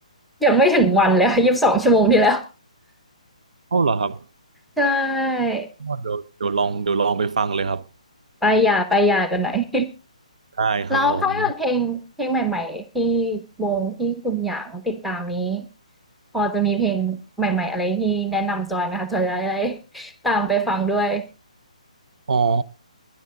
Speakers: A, in the centre; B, on the right.
A: ยังไม่ถึงวันเลยค่ะยี่สิบสองชั่วโมงที่แล้ว
B: เอ้าเหรอครับ
A: ใช่
B: อ๋อเดี๋ยวเดี๋ยวลองเดี๋ยวลองไปฟังเลยครับ
A: ไปหย่าไปหย่ากันหน่อย <laughs>
B: ได้ครับผม
A: แล้วถ้าเกิดเพลงเพลงใหม่ๆที่วงที่คุณหยางติดตามนี้พอจะมีเพลงใหม่ๆอะไรที่แนะนำจอยไหมคะจอยจะได้ตามไปฟังด้วย
B: อ๋อ